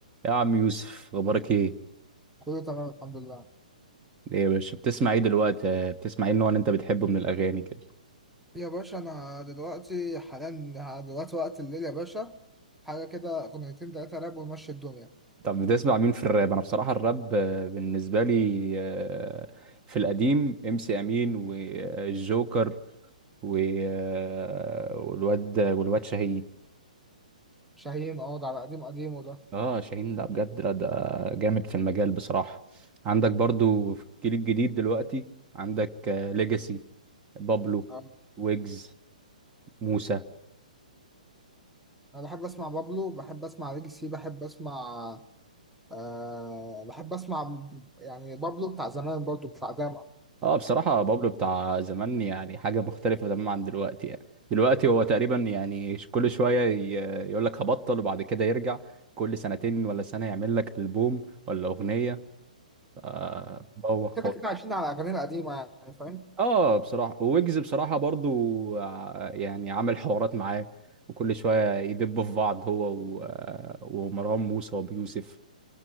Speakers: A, on the right; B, in the centre.
A: يا عم يوسف اخبارك ايه
B: كله تمام الحمد لله
A: ايه يا باشا بتسمع ايه دلوقتي آه، بتسمع ايه النوع اللي انت بتحبه من الاغاني كده
B: يا باشا انا دلوقتي حاليا دلوقتي وقت الليل يا باشا حاجه كده اغنيتين تلاته راب ونمشي الدنيا
A: طب بتسمع مين في الراب انا بصراحه الراب آه، بالنسبه لي آه، في القديم ام سي امين والجوكر و- آه، والواد والواد شاهين
B: شاهين اقعد على قديم قديم وده
A: اه شاهين لا بجد لا ده جامد في المجال بصراحه عندك برضو في الجيل الجديد دلوقتي عندك ليجاسي بابلو
B: آه.
A: ويجز موسى
B: انا بحب اسمع بابلو بحب اسمع ليجسي بحب اسمع أه بحب اسمع يعني بابلو بتاع زمان برضه بتاع داما
A: اه بصراحة بابلو بتاع زمان يعني حاجة مختلفة تماما عن دلوقتي يعني دلوقتي هو تقريبا يعني ش- كل شوية ي- يقول لك هبطل وبعد كده يرجع كل سنتين ولا سنة يعمل لك ألبوم ولا أغنية آه بوخ خالص
B: كده كده عايشين على اغاني قديمه يعني فاهم
A: اه بصراحة ويجز بصراحة برضو ع- يعني عامل حوارات معاه وكل شوية يدبوا في بعض هو و... آه، ومروان موسى وأبو يوسف